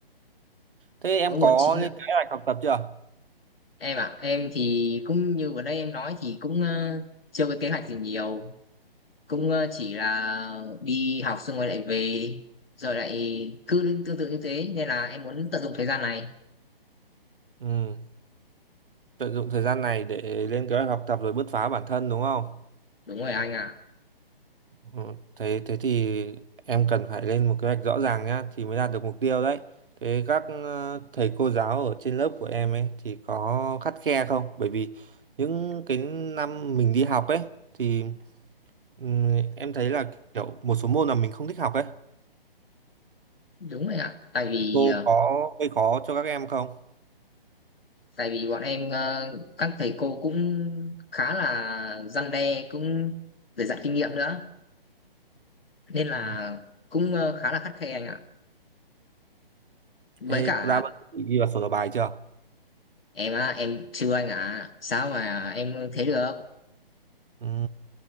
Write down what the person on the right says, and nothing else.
Thế em
có
lên
kế hoạch học tập chưa?
Ừ. Tận dụng thời gian này để lên kế hoạch học tập rồi bứt phá bản thân đúng không?
Ờ, Thế thế thì em cần phải lên một kế hoạch rõ ràng nhá thì mới đạt được mục tiêu đấy. Thế các ờ, thầy cô giáo ở trên lớp của em ấy thì có khắt khe không? Bởi vì những cái năm mình đi học ấy thì ừm, em thấy là kiểu một số môn là mình không thích học ấy.
Cô
có gây khó cho các em không?
Ừ.
Thế
đã bận ghi vào sổ đầu bài chưa?
Ừ.